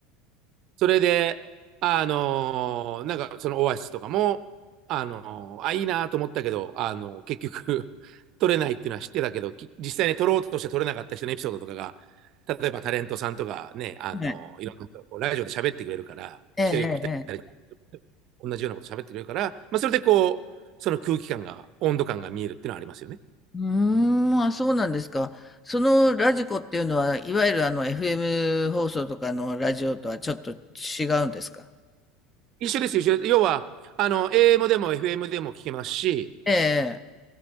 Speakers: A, on the right; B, on the left.
A: それで、あのーなんかそのオアシスとかも、あのーあ、いいなと思ったけど、あのー結局 <laughs> 取れないっていうのは知ってたけど、き実際に取ろうとして取れなかった人のエピソードとかが、例えばタレントさんとかね、あのーいろんな人がこうラジオで喋ってくれるから、
B: ええ。ええ、
A: 一人二人、
B: ええ。
A: 同じようなこと喋ってくれるから、まあ、それでこう、その空気感が、温度感が見えるっていうのはありますよね。
B: うーん、あ、そうなんですか。そのラジコっていうのは、いわゆるあの FM 放送とかのラジオとはちょっと違うんですか
A: 一緒ですよ、一緒です。要は、あの、AM でも FM でも聞けますし、
B: ええ。